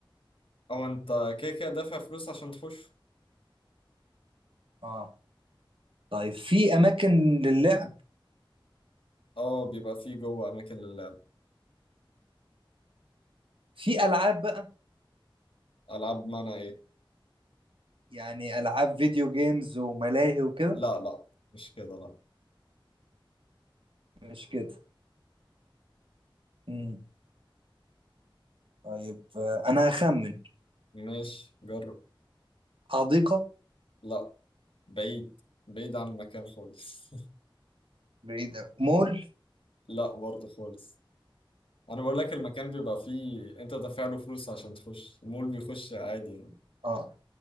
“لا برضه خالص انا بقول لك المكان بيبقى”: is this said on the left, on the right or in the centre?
Left